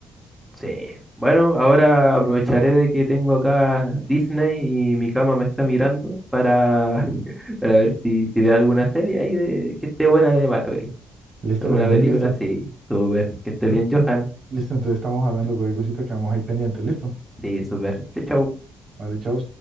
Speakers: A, in the centre; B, on the right (about 50°).
A: sí. Bueno, ahora aprovecharé de que tengo acá Disney y mi cama me está mirando para, <laughs> para ver si, si veo alguna serie ahí de, que esté buena de Marvel.
B: Listo,
A: ¿Alguna
B: Benjamín,
A: película?
B: listo.
A: Sí, súper. Que esté bien, Johan.
B: Listo, entonces estamos hablando de cualquier cosita que vamos ahí pendiente. Listo.
A: Sí, súper. Chau, chau.
B: Vale, chao.